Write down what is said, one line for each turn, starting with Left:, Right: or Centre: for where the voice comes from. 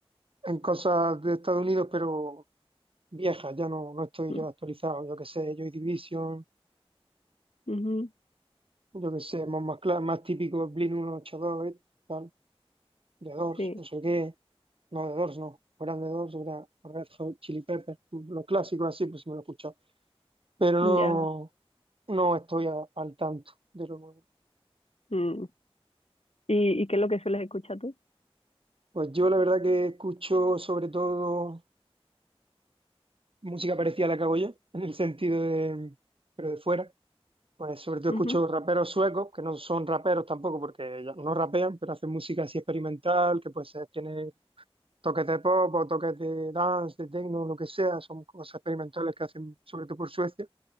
Right: en cosas de Estados Unidos, pero viejas, ya no, no estoy
Left: mm,
Right: yo actualizado. Yo qué sé, Joy Division,
Left: ujú,
Right: yo qué sé, más, más, cla- más típico, Blink 182, eh, tal. de Doors,
Left: sí,
Right: no sé qué, no, de Doors no, fueran de Doors, era Red Hot Chili Peppers, los clásicos así, pues sí me lo he escuchado, pero no,
Left: ya.
Right: no estoy a- al tanto de lo nuevo.
Left: mm. ¿Y, y qué es lo que sueles escuchar tú?
Right: Pues yo la verdad que escucho sobre todo música parecida a la que hago yo, en el sentido de, pero de fuera. Pues sobre todo
Left: Ujú.
Right: escucho raperos suecos, que no son raperos tampoco porque ya no rapean, pero hacen música así experimental, que pues eh, tiene toques de pop o toques de dance, de techno, lo que sea, son cosas experimentales que hacen sobre todo por Suecia